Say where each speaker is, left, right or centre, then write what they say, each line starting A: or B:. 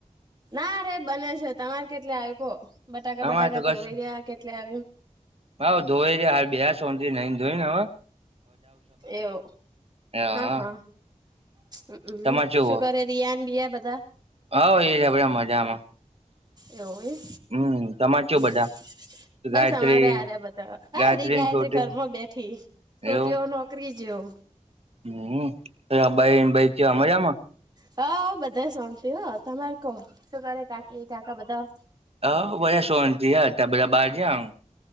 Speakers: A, on the right; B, on the right.
A: ના રે બને છે તમારે કેટલે આયુ કો. બટાકા બટાકા
B: અમારે તો
A: ધોવઈ
B: કશું
A: રયા કેટલે આવ્યું.
B: હવ ધોવઈ રયા હાલ બેહયા શોન્તી હી નઈંન ધોઈન અવ.
A: એવો
B: હમ
A: હા હા. હંક
B: તમાર ચેવું
A: શું કરે રિયાન બીયા બધા.
B: હવ એ રયા બધા મજામાં
A: એવું એમ
B: હમ તમાર ચેવું બધા.
A: હમ બસ
B: ગાયત્રી
A: અમારે આરેયા બધા આયરી
B: ગાયત્રીન
A: ગાયત્રી
B: છોટી
A: ઘરમાં બેઠી. છોટીઓ
B: એવું
A: નોકરી જ્યો.
B: હમ પેલા બઈન બઈ ચેવા મજામ.
A: હવ બધા શોન્તી હો તમારે કો શું કરે કાકી કાકા બધા.
B: હ ઓય શોન્તી ત બધા બાર જયાહ.